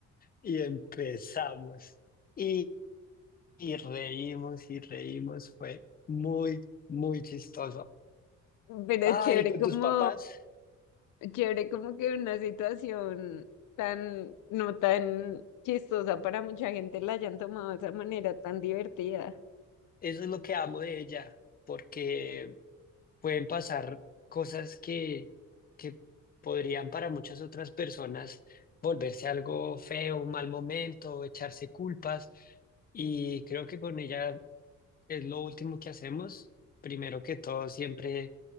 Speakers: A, on the left; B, on the left.
A: y empezamos y, y reímos y reímos, fue muy, muy chistoso.
B: Pero
A: Ay,
B: chévere
A: con
B: como,
A: tus papás,
B: chévere como que una situación tan, no tan chistosa para mucha gente la hayan tomado de esa manera tan divertida.
A: eso es lo que amo de ella, porque pueden pasar cosas que, que podrían para muchas otras personas volverse algo feo, un mal momento, echarse culpas. Y creo que con ella es lo último que hacemos. Primero que todo, siempre